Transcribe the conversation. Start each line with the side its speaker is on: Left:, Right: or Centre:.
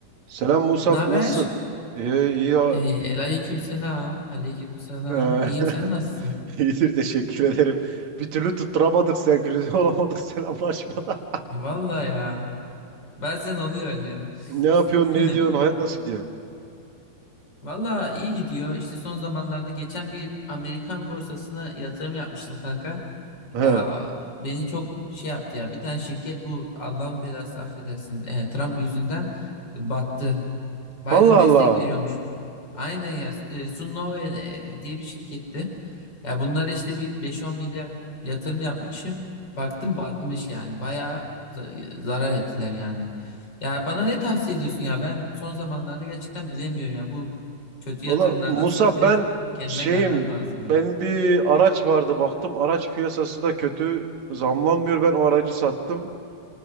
Right: Selam Musab,
Left: Ne haber?
Right: nasılsın? İyi, iyi ya.
Left: Ee, aleyküm selam. Aleyküm selam.
Right: Eee,
Left: İyiyim
Right: <laughs>
Left: sen nasılsın?
Right: İyidir, teşekkür ederim. Bir türlü tutturamadık senkronize <laughs> olamadık selamlaşmada.
Left: Ee, Vallahi ya. Bazen oluyor öyle.
Right: Ne yapıyorsun,
Left: <laughs>
Right: ne ediyorsun, hayat nasıl gidiyor?
Left: Vallahi iyi gidiyor. İşte son zamanlarda geçen bir Amerikan borsasına yatırım yapmıştım kanka.
Right: He.
Left: Ya beni çok şey yaptı ya. Bir tane şirket bu Allah'ın belası affedersin. e, Trump yüzünden battı. Biden
Right: Allah
Left: destek
Right: Allah.
Left: veriyormuş. Aynen ya. E, Sunnova e, diye bir şirketti. Ya bunlara işte bir beş on milyar yatırım yapmışım. Baktım batmış yani. Bayağı za- zarar ettiler yani. Ya bana ne tavsiye ediyorsun ya? Ben son zamanlarda gerçekten bilemiyorum ya. Bu kötü yatırımlardan
Right: Valla Musab
Left: sonra biraz
Right: ben
Left: kendime
Right: şeyim,
Left: gelmem lazım ya.
Right: ben bir araç vardı baktım. Araç piyasası da kötü, zamlanmıyor. Ben o aracı sattım.